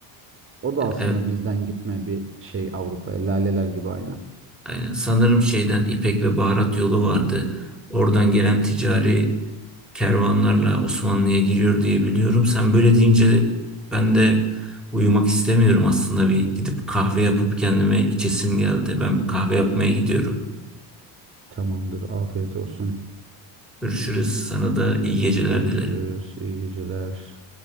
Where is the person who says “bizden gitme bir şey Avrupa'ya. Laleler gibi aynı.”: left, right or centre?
Right